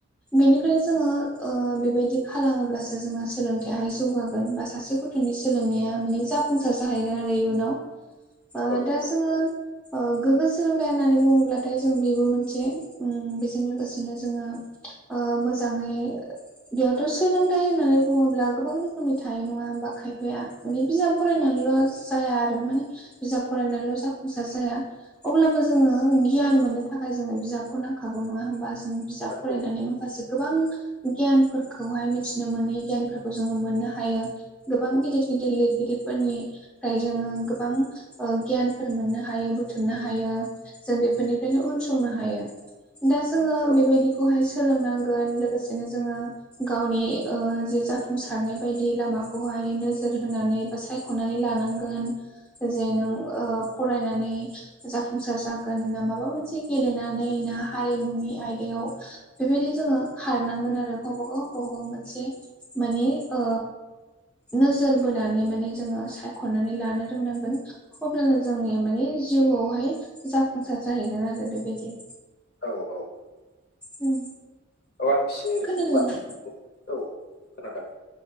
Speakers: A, in the centre; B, on the left.
A: बेनिफ्राय जोङो ओ बेबायदि खालामोब्लासो जोङो सोलोंथायाइाहाय जौगागोन बा सासे गथ' थ'नि सोलोंनाया माने जाफुंसार जाहैगोन आरो इयुनाव ओ
B: औ
A: दा
B: औ
A: जोङो गोग्गो सोलोंथाइ होननानै बुङोब्लाथाय जों बेबो मोनसे बेजों लोगोसेनो जोङो ओ मोजाङै बेयावथ' सोलोंथाइ होननानै बुङोब्ला गोबां रोखोमनि थायो नङाबा खायफाया माने बिजाब फरायनानैल' जाया आरो माने बिजाब फरायनानैल' जाफुंसार जाया अब्लाबो जोङो गियान मोननो थाखाय जोंनो बिजाबखौ नांखागौ नङा होमबा जों बिजाब
B: नंगौ
A: फरायनानै
B: नंगौ
A: माखासे गोबां गियानफोरखौहाय मिथिनो मोनै गियानफोरखौ जोङो मोननो हायो गोबां गिदिर गिदिर लिरगिरिफोरनिफ्राय जोङो गोबां ओ गियानफोर मोननो हायो बुथुमनो हायो जों बेफोरनिफ्रायनो उनसंनो हायो दा जोङो
B: औ
A: बेबायदिखौहाय सोलोंनांगोन लोगोसेनो जोङो गावनि जे जाफुंसारनाय बायदि लामाखौहाय नोजोर होनानै बा सायख'नानै लानांगोन जे नों फरायनानै जाफुंसार जागोन ना माबा मोनसे गेलेनानै ना हारिमुनि आयदायाव बेबायदि जोङो खारनांगोन आरो गावबा गाव गावबा गाव मोनसे मानि ओ नोजोर बोनानै माने जोङो सायख'नानै लानो रोंनांगोन अब्लानो जोंनिया माने जिउआवहाय जाफुंसार जाहैगोन आरो बेबायदि
B: औ औ
A: उम
B: औ आं एसे
A: खोनादोंना
B: बा बुं औ खोनादों